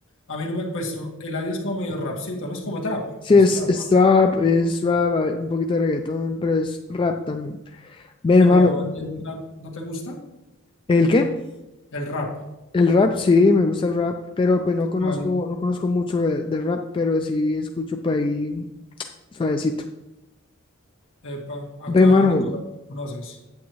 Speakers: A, on the left (about 60°); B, on the left (about 25°).
A: A mí no me, pues, el Eladio es como medio rapcito, no es como trap,
B: Sí,
A: pues
B: es,
A: trap.
B: es trap, es rap, hay un poquito de reggaetón, pero es rap también. Ve,
A: Pero
B: hermano,
A: a ti el trap no te gusta.
B: ¿el qué?
A: El rap.
B: El rap, sí, me gusta el rap, pero pues no conozco,
A: Mal.
B: no conozco mucho de, de rap, pero sí escucho por ahí suavecito.
A: Epa, acá
B: Ve, hermano,
A: de Colombia conoces.